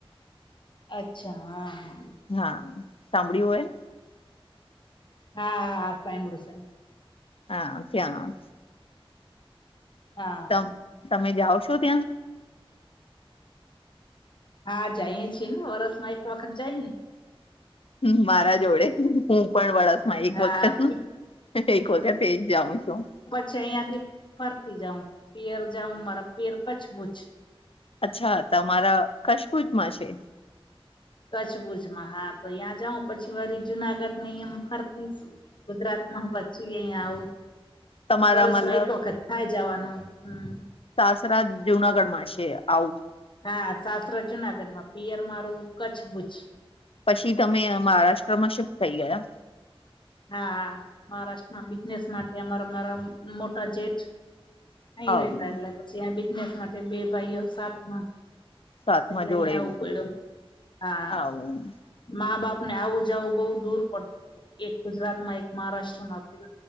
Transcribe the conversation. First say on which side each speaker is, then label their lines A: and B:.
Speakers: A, on the left (about 50°); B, on the left (about 65°).
A: અચ્છા. હા હા.
B: હા, સાભળ્યું હોય
A: હા, હા, સાંભરુ <unintelligible>
B: હા, ત્યાં
A: હા
B: તમ તમે જાઓ છો, ત્યાં?
A: હા, જઈએ છીએ ને, વરસમાં એક વખત જઈએ.
B: હમ્મ મારા જોડે, હું પણ વરસ એક
A: હા
B: વખત, એક વખત એજ જાઉં છું.
A: છે અહિયાંથી ફરતી જાઉં, પિયર જાઉ મારા પિયર કચ્છબુજ.
B: અચ્છા, તમારા કરછબૂજમાં છે?
A: કચ્છભુજમાં હા, તો ત્યાં જાઉં પછી વરી જુનાગઢ ને એમ ફરતી છું. ગુજરાતમાં બચી અઈ આવું
B: તમારા
A: વરષમાં
B: મતલબ
A: એક વખત થાય જવાનું હમ્મ
B: સાસરા જુનાગઢમાં છે આવું
A: હા સસરો જુનાગઢમાં પિયર મારું કચ્છભુજ
B: પછી તમે મહારાષ્ટ્રમાં શિફ્ટ થઈ ગયા એમ
A: હા મહારાષ્ટ્રમાં બિઝનેસ માટે અમારા મારા મોટા જેટ અહી
B: આવું
A: રેતા એટલે પછી આ બિઝનેસ માટે બે ભાઈઓ સાત માં
B: સાતમા
A: એટલે
B: જોડે
A: અહીંયા આવું પડ્યું હા
B: આવું
A: મા બાપ ને આવું જવું બઉુ દૂર પડતું હતું એક ગુજરાત માં એક મહારાષ્ટ્રમાં આપું